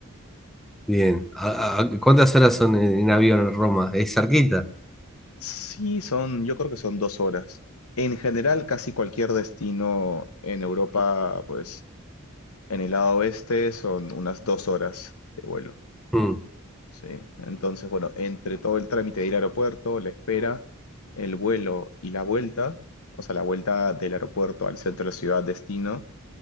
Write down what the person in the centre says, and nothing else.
Bien. ¿A- a- cuántas horas son en, en avión a Roma? ¿Es cerquita?
Mm,